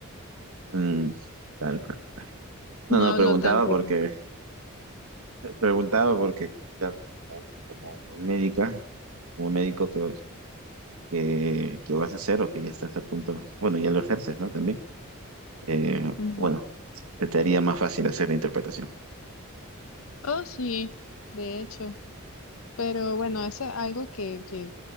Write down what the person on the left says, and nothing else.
no
hablo
tanto.
con-
Ujú.
Oh, sí, de hecho, pero bueno, eso es algo que, que